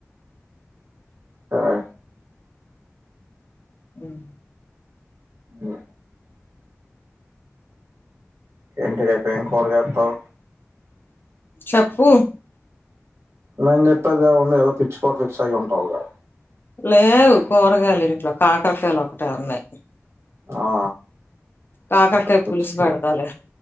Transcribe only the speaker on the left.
హ్మ్
చెప్పు
లేవు కూరగాయలు ఇంట్లో కాకరకాయలు ఒకటే ఉన్నాయి
కాకరకాయ
పులుసు పెడతాలే